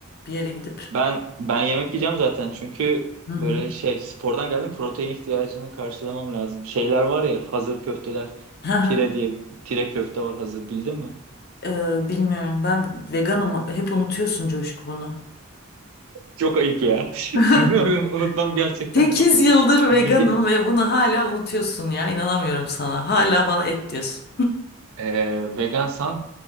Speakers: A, on the left; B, on the right.
A: Bir yere gidip.
B: Ben ben yemek yiyeceğim zaten çünkü
A: Hı hı.
B: böyle şey spordan geldim protein ihtiyacını karşılamam lazım. Şeyler var ya hazır köfteler.
A: Hı hı.
B: Tire diye tire köfte var hazır bildin mi?
A: Ee, bilmiyorum ben veganım hep unutuyorsun Coşku bunu.
B: Çok ayıp ya.
A: <laughs>
B: <laughs> Bunu unutmam gerçekten
A: 8
B: çok ayıp.
A: yıldır veganım
B: Bir,
A: ve bunu hala unutuyorsun ya. İnanamıyorum sana. Hala bana et diyorsun.
B: Ee, vegansan